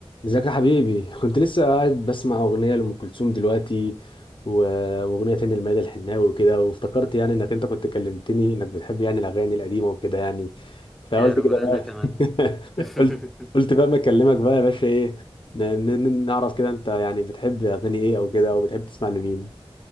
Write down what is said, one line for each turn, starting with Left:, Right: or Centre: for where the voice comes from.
Left: ازيك يا حبيبي كنت لسه قاعد بسمع اغنيه لام كلثوم دلوقتي و- واغنيه تانية لميادة الحناوي وكده وافتكرت يعني انك انت كنت كلمتني انك بتحب يعني الاغاني القديمه وكده يعني فقلت
Centre: يا روقانة
Left: كده بقى
Centre: كمان
Left: <laughs>
Centre: <laughs>
Left: قلت قلت بقى ما اكلمك بقى يا باشا ايه ن- ن- ن- نعرف كده انت يعني بتحب اغاني ايه او كده او بتحب تسمع لمين